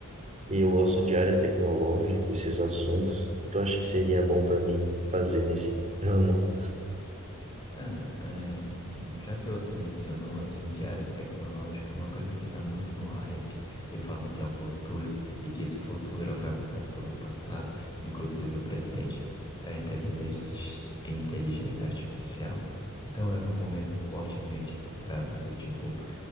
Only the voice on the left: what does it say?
Cara, é, já que você mencionou assim de áreas tecnológicas, uma coisa que tá muito no hype e falam que é o futuro e que esse futuro vai mudar todo o passado, inclusive o presente, é a inteligência, inteligência artificial. Então eu recomendo fortemente para você, tipo,